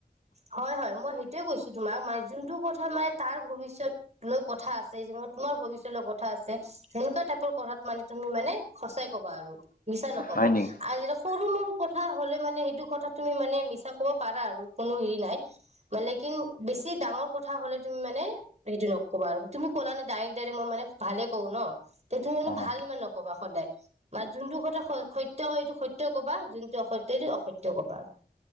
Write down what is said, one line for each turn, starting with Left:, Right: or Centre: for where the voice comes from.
Right: হয় হয়, মই সেইটোয়ে কৈছো তোমাক মানে যোনটো কথা মানে তাৰ ভৱিষ্যত লৈ কথা আ <unintelligible> তোমাৰ ভৱিষ্যত লৈ কথা আছে সেনেকুৱা টাইপৰ কথাত মানে তুমি মানে সঁচাই- কবা আৰু মিছা নকবা
Left: হয় নেকি?
Right: আৰু যেতিয়া- সৰু মৰু কথা হ'লে মানে সেইটো কথা তুমি মানে মিছা ক'ব পাৰা আৰু। কোনো হেৰি নাই মানে কি বেছি ডাঙৰ কথা হ'লে তুমি মানে সেইটো নক'বা আৰু। তুমি ক'লা ন' ডাইৰেক্ট ডাইৰেক্ট মই মানে ভালে কওঁ ন' তে তুমি মানে
Left: অ'।
Right: ভাল ইমান নক'বা সদায়। মানে যোনটো কথা সত্য হয়, এইটো সত্য কথা কবা। যোনটো অসত্য এইটো অসত্য কবা।